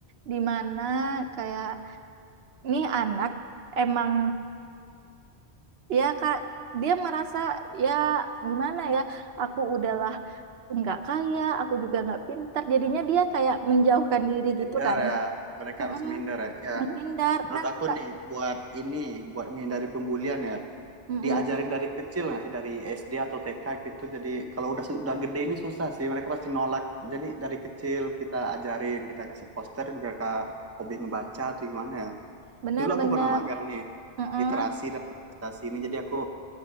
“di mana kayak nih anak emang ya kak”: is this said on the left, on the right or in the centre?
Right